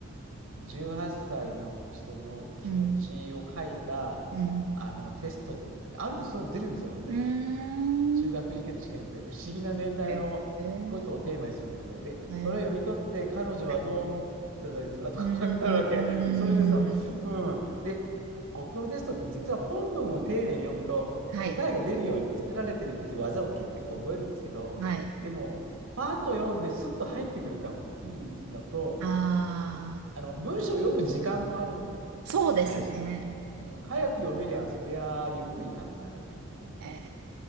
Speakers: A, on the right; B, on the right.
A: 18歳の人の気持ちを書いた、
B: うん。うん。
A: あの、テストとか、あるんです、そういうの出るんですよ、本当に。
B: うーん。
A: 中学受験の試験って不思議な年代のことをテーマにするんだけど、
B: え、え
A: で、
B: ー、えー、
A: それを読み取って、彼女はどう思ってたですかとか書いてあるわけ。
B: はい。うーん。
A: <laughs> それでさ、うん。で、国語のテストって実は本文を丁寧に読むと、
B: はい。
A: 答えが出るように作られてるっていう技を結局覚えるんですけど、
B: はい。
A: でも、パーッと読んですっと入ってくるから大きいのと、
B: ああ、
A: あの、文章を読む時間もあるよね。
B: そうですね。
A: 大事なのって。うん、早く読めりゃ、そりゃあゆっくり考えられるみたいなね。
B: えー、